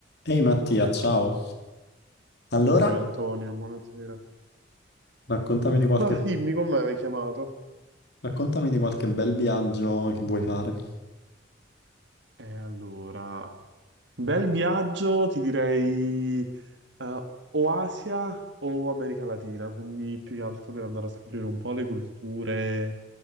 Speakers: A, on the left; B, on the right.
A: Ehi Mattia, ciao. Allora,
B: Uè, Antonio, buonasera.
A: raccontami di qualche,
B: Ma dimmi, come mi hai chiamato?
A: raccontami di qualche bel viaggio che vuoi fare.
B: E allora, bel viaggio, ti direi eh, o Asia o America Latina, quindi più che altro per andare a scoprire un po' le culture